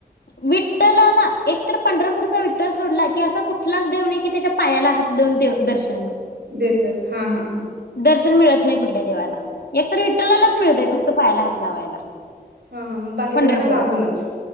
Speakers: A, on the left; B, on the right.
A: विठ्ठलाला एक तर पंढरपूरचा विठ्ठल सोडला की असा कुठलाच देव नाही की त्याच्या पायाला हात लावून देवदर्शन
B: देत्यात. हा हा हां.
A: दर्शन मिळत नाही कुठल्या देवाला एकतर विठ्ठलालाच मिळतंय फक्त पायाला हात लावायला.
B: हा हा बाकी
A: पंढरपुरात
B: सगळ्यांना लांबूनच